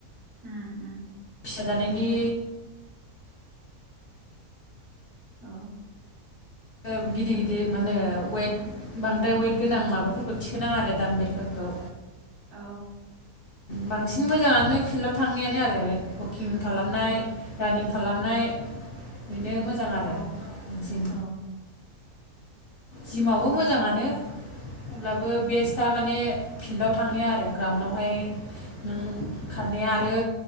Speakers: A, on the right; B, on the left.
A: उम उम
B: फिसा जानायनि।
A: औ।
B: ओ गिदिर-गिदिर
A: औ
B: मा होनो वाइट बांद्राय वाइट गोनां माबाफोरखौ थिखोनाङा आरो दाम बेलफोरखौ।
A: औ
B: बांसिन मोजाङानो फिल्डाव थांनायानो आरो वाकिं खालामनाय, रानिं खालामनाय। बेनो मोजां
A: औ
B: आरो
A: ओं
B: बांसिन
A: ओं ओं
B: जिमावबो मोजाङानो अब्लाबो बेस्टआ माने फिल्डाव थांनाया आरो ग्राउन्डावहाय नों खारनाया आरो